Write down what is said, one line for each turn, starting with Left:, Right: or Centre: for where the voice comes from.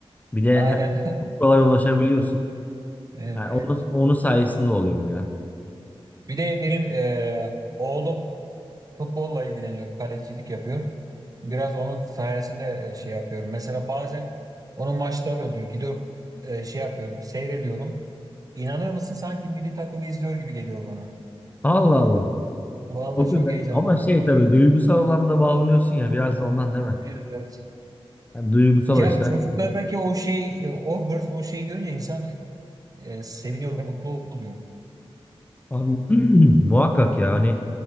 Left: Bir de
Right: Aynen.
Left: he- çok kolay ulaşabiliyorsun.
Right: <laughs> Evet.
Left: Yani onun, onun sayesinde oluyor bu ya.
Right: Bir de benim eee, oğlum futbolla ilgileniyor, kalecilik yapıyor. Biraz onun sayesinde e, şey yapıyorum. Mesela bazen onun maçları oluyor. Gidiyorum e, şey yapıyorum, seyrediyorum. İnanır mısın sanki milli takımı izliyor gibi geliyor bana.
Left: Allah Allah.
Right: Vallahi
Left: O
Right: çok
Left: yüzden
Right: heyecanlanıyorum
Left: ama şey
Right: ya.
Left: tabii duygusal alanda bağlanıyorsun ya biraz da ondan değil mi?
Right: Evet evet.
Left: Yani duygusal
Right: Ya
Left: açıdan.
Right: çocuklardaki
Left: şimdi.
Right: o şey, e, o hırs, o şeyi görünce insan e, seviniyor ve mutlu oluyor.
Left: Abi, <clears throat> muhakkak ya hani